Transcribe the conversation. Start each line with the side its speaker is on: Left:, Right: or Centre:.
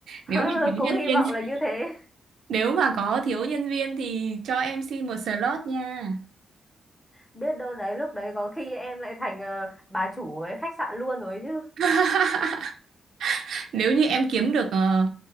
Centre: <laughs>
Right: Nếu mà thiếu
Centre: cũng
Right: nhân
Centre: hy
Right: viên,
Centre: vọng là như
Right: <laughs>
Centre: thế
Right: nếu mà có thiếu nhân viên thì cho em xin một slot nha.
Centre: biết đâu đấy lúc đấy có khi em lại thành ờ, bà chủ cái khách sạn luôn rồi chứ
Right: <laughs> Nếu như em kiếm được ờ,